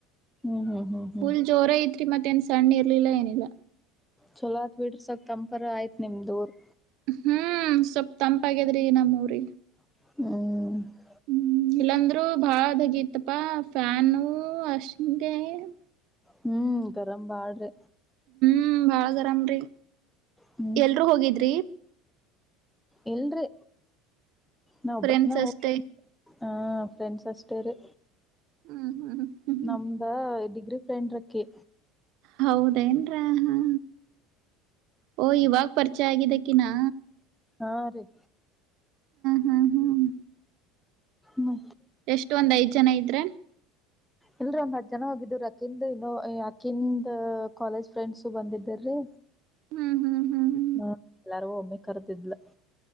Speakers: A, in the centre; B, on the right (about 60°).
A: ಹ್ಮ್ ಹ್ಮ್ ಹ್ಮ್ ಹ್ಮ್
B: ಫುಲ್ ಜೋರ ಐತ್ರಿ ಮಧ್ಯಾನ ತನ್ನ ಇರ್ಲಿಲ್ಲ ಏನಿಲ್ಲ
A: ಚೊಲೋತ್ ಬಿಡ್ರ ಸ್ವಲ್ಪ ತಂಪಾರ ಆಯ್ತ್ ನಿಮ್ದೂರ್
B: ಹ್ಮ್ ಸ್ವಪ್ ತಂಪಾಗ್ಯಾದ್ರಿ ನಮ್ಮ ಊರಿಗೆ
A: ಹ್ಮ <unintelligible>
B: ಹ್ಮ್ ಇಲ್ಲಾಂದ್ರರು ಬಾಳದಗತ್ತಪ್ಪಾ ಫ್ಯಾನ್ <unintelligible>
A: ಹ್ಮ್ ಗರಂ <unintelligible>
B: ಹ್ಮ್ ಬಾಳ ಗರಾಮ್ರರಿ
A: ಹ್ಮ್
B: ಎಲ್ರುೂ ಹೋಗಿದ್ರಿ
A: ಇಲ್ರಿ ನಾ ಒಬ್ಬಕಿನ
B: ಫ್ರೆಂಡ್ಸ್
A: ಹೋಗ್
B: ಅಷ್ಟೇ
A: ಹ ಫ್ರೆಂಡ್ಸ್ ಅಷ್ಟೇ ರಿ
B: ಹ್ಮ್ ಹ್ಮ್ ಹ್ಮ್
A: ನಮ್ದ ಇದು <unintelligible> ಫ್ರೆಂಡ ರಕ್ಕೆ
B: ಹೌದೇನ್ರ ಹ ಹೋ ಈವಾಗ ಪರಿಚಯ ಆಗಿದ್ದಕ್ಕಿನಾ
A: ಹಾ ರ <inaudible>
B: ಹ್ಮ್ ಹ್ಮ್
A: ಮ್ಮ
B: ಎಷ್ಟು ಒಂದ್ಐ್ ಜನ ಇದ <unintelligible>
A: ಇಲ್ರೀ ಒಂದ್ ಹದ್ ಜನ ಹೋಗಿದ್್ರ ಅಕಿಿಂದ್ ಇನ್ನೋ ಅಕಿಿಂದ ಕಾಲೇಜ್ ಫ್ರೆಂಡ್ಸ್ ಬಂದಿದ್ದೀರಿ
B: ಹ್ಮ್ ಹ್ಮ್ ಹ್ಮ್ ಹ್ಮ್
A: ಹ ಎಲ್ಲಾರಗೂ ಒಮ್ಮೆ ಕರ್ದಿದ್ಲ